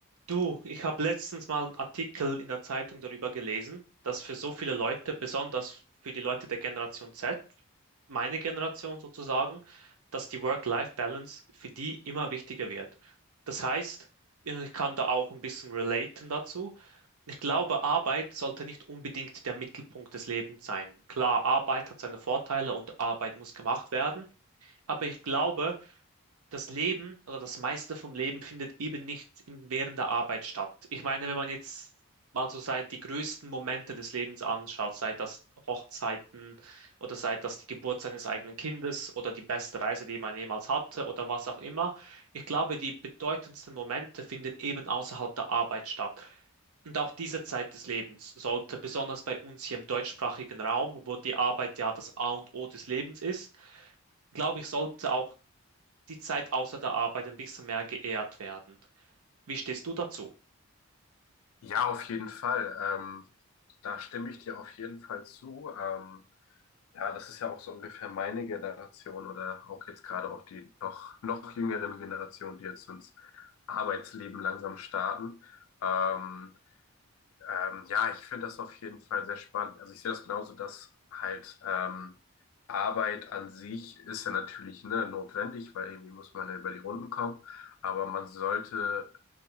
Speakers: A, on the right (about 75°); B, on the left (about 70°).
A: Du, ich habe letztens mal einen Artikel in der Zeitung darüber gelesen, dass für so viele Leute, besonders für die Leute der Generation Z, meine Generation sozusagen, dass die Work-Life-Balance für die immer wichtiger wird. Das heißt, ich kann da auch ein bisschen relaten dazu. Ich glaube, Arbeit sollte nicht unbedingt der Mittelpunkt des Lebens sein. Klar, Arbeit hat seine Vorteile und Arbeit muss gemacht werden, aber ich glaube, das Leben oder das meiste vom Leben findet eben nicht in, während der Arbeit statt. Ich meine, wenn man jetzt mal so sei, die größten Momente des Lebens anschaut, sei das Hochzeiten oder sei das die Geburt seines eigenen Kindes oder die beste Reise, die man jemals hatte oder was auch immer. Ich glaube, die bedeutendsten Momente finden eben außerhalb der Arbeit statt. Und auch diese Zeit des Lebens sollte besonders bei uns hier im deutschsprachigen Raum, wo die Arbeit ja das A und O des Lebens ist, glaube ich, sollte auch die Zeit außer der Arbeit ein bisschen mehr geehrt werden. Wie stehst du dazu?
B: Ja, auf jeden Fall. Ähm, da stimme ich dir auf jeden Fall zu. Ähm, ja, das ist ja auch so ungefähr meine Generation oder auch jetzt gerade auch die noch, noch jüngeren Generationen, die jetzt ins Arbeitsleben langsam starten. Ähm, ähm, ja, ich finde das auf jeden Fall sehr spannend. Also ich sehe das genauso, dass halt ähm, Arbeit an sich ist ja natürlich, ne, notwendig, weil irgendwie muss man ja über die Runden kommen. Aber man sollte